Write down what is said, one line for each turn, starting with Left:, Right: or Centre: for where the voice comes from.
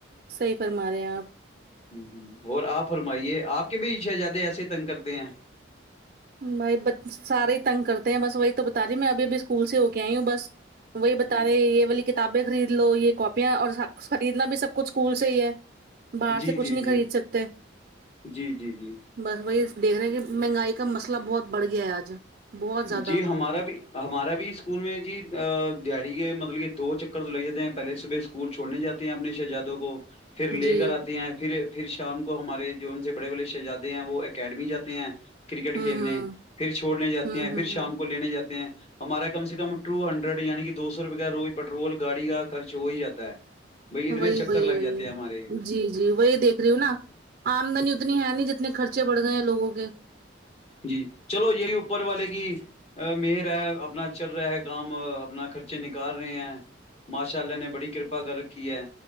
Right: صحیح فرما رہے ہیں آپ
Left: ہ ہ اور آپ فرمائیے آپ کے بھی شہزادے ایسے تنگ کرتے ہیں
Right: بھائی ب سارے ہی تنگ کرتے ہیں بس وہی تو بتا دییے میں ابھی ابھی اسکول سے ہو کے آئی ہوں بس وہی
Left: ہوں،
Right: بتا رہے ہیں یہ والی کتنی کتابیں خرید لو یہ کاپیاں اور خریدنا بھی سب کچھ اسکول سے ہی ہے باہر
Left: جی
Right: سے کچھ
Left: جی
Right: نہیں
Left: جی
Right: خرید سکتے
Left: جی جی جی
Right: بس وہی دیکھ رہے ہیں کہ مہنگائی کا مسئلہ بہت بڑھ گیا ہے آج بہت زیادہ
Left: جی ہمارا بھی ہمارا بھی اسکول میں جی داڑی کے مطلب یہ دو چکر تو لے جاتے ہیں پہلے صبح اسکول چھوڑنے جاتے ہیں اپنی شہزادوں کو پھر لے
Right: جی
Left: کر آتے ہیں پھر پھر شام کو ہمارے جو ان سے بڑے بڑے شہزادے ہیں وہ اکیڈمی جاتے ہیں کرکٹ
Right: ہوں
Left: کھیلنے
Right: ہوں
Left: پھر چھوڑنے جاتے
Right: ہوں
Left: ہیں پھر
Right: ہوں
Left: شام
Right: ہوں
Left: کو لینے جاتے ہیں ہمارا کم سے کم ٹو ہنڈریڈ یعنی کہ دو سو روپے کا روز پیٹرول گاڑی کا خرچ ہو ہی جاتا ہے بھائی اتنے
Right: وہی
Left: چکر
Right: وہی
Left: لگ
Right: وہی
Left: جاتے ہیں ہمارے
Right: جی جی وہی دیکھ رہی ہوں نا آمدنی اتنی ہے ن جتنے خرچے بڑھ گئے ہیں لوگوں کے
Left: جی چلو یہی اوپر والے کی ا مر ہے اپنا چل رہا ہے کام اپنا خرچے نکال رہے ہیں ماشاء اللہ نے بڑی کرپا کر رکھی ہے